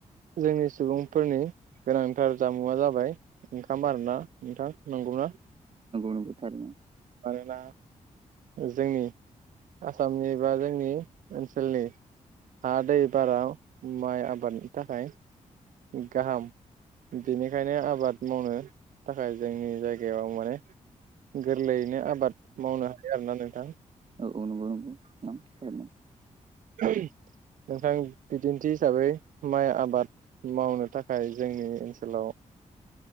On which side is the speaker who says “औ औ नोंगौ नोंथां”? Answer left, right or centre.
Right